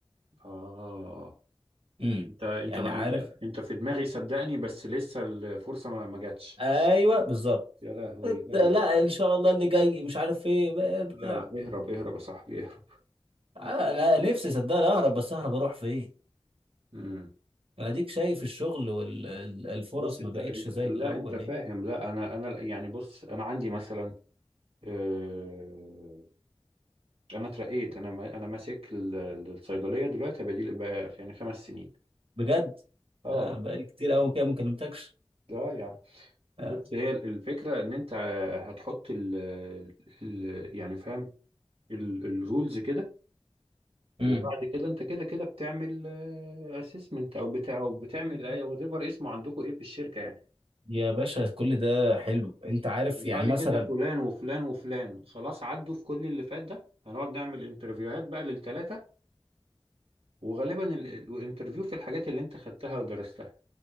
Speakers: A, on the right; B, on the right.
A: اه
B: امم
A: انت انت
B: يعني
A: انت
B: عارف
A: انت في دماغي صدقني بس لسه الفرصة ما ما جاتش
B: ايوه بالظبط
A: يا لهوي
B: إت-
A: لا لا
B: لا ان شاء الله اللي جاي مش عارف ايه بقى بتاع
A: لا لا اهرب اهرب يا صاحبي اهرب
B: آه، انا نفسي صدقني اهرب بس اهرب اروح فين
A: امم
B: اديك شايف الشغل والفرص
A: بص انت
B: ما بقتش
A: انت
B: زي
A: لا
B: الاول
A: انت فاهم
B: يعني
A: لا انا انا يعني بص انا عندي مثلا آه، انا اترقيت انا ما- انا ماسك ال- ال- الصيدليه دلوقتي بديل بقى يعني خمس سنين
B: بجد
A: اه
B: آه، بقالي كتير قوي كده ما كلمتكش
A: ده يعني
B: آه،
A: بص هي ال- الفكره ان انت هتحط ال ال- يعني فاهم الرولز كده
B: امم
A: وبعد كده انت كده كده بتعمل اسسمنت او بتاع او بتعمل وات ايفر اسمه عندكم ايه في الشركه يعني
B: يا باشا كل ده حلو انت عارف
A: وبعد
B: يعني مثلا
A: كده فلان وفلان وفلان خلاص عدوا في كل اللي فات ده هنقعد نعمل انترفيوهات بقى للثلاثه وغالبا ال- الانترفيو في الحاجات اللي انت خدتها ودرستها